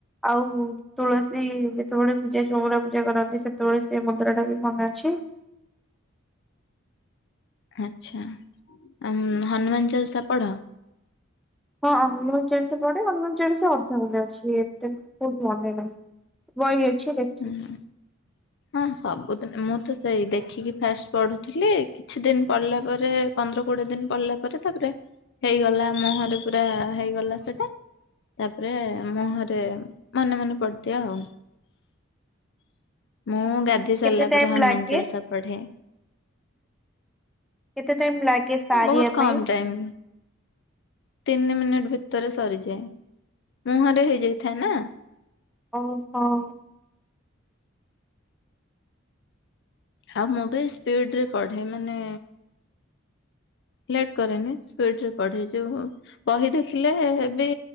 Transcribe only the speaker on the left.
ଆଚ୍ଛା ଆ ହନୁମାନ ଚାଳିଶା ପଢ।
ହୁଁ। ହଁ ସବୁଦିନ ମୁଁ ତ ସେଇ ଦେଖିକି ଫାଷ୍ଟେ ପଢୁଥିଲି କିଛି ଦିନ ପଢିଲା ପରେ ପନ୍ଦର କୋଡ଼ିଏ ଦିନ ପଡ଼ିଲା ପରେ ତାପରେ ହେଇଗଲା ମୁହଁରେ ପୁରା ହେଇଗଲା ସେଟା। ତାପରେ ମୁହଁରେ ମନେ ମନେ ପଡ଼ିଦିଏ ଆଉ। ମୁଁ
ଗାଧେଇ ସାରିଲା
ପରେ ହନୁମାନ
ଚାଳିସା ପଢ଼େ।
ବହୁତ
କମ୍ ଟାଇମ୍। ତିନି ମିନିଟ୍ ଭିତରେ ସରିଯାଏ ମୁହଁରେ ହେଇଯାଇଥାଏ ନା।
ଆଉ ମୁଁ ବି ସ୍ପିଡ୍ ରେ ପଢ଼େ ମାନେ ଲେଟ୍ କରେନି ସ୍ପିଡ୍ ରେ ପଢେ ଯୋଉ ବହି ଦେଖିଲେ ବି